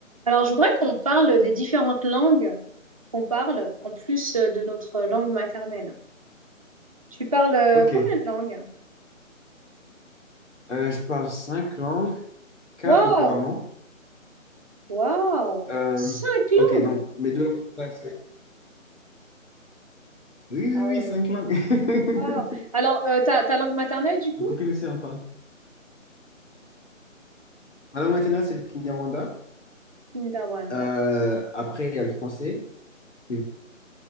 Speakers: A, on the right; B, on the left.
A: Alors, je voudrais qu'on parle des différentes langues qu'on parle en plus euh, de notre langue maternelle. Tu parles euh,
B: Ok,
A: combien de langues?
B: Euh, je parle cinq langues, quatre
A: Waouh!
B: couramment.
A: Waouh!
B: Euh,
A: Cinq
B: ok,
A: langues!
B: donc mes deux langues, ça, c'est- Oui, oui,
A: Ah
B: oui,
A: ouais,
B: cinq langues. <laughs>
A: waouh! Alors, euh, ta, ta langue maternelle, du coup?
B: Ma copine aussi en parle. Ma langue maternelle, c'est le Kinyarwanda.
A: Kindawanda.
B: Euh, après, il y a le français. Oui,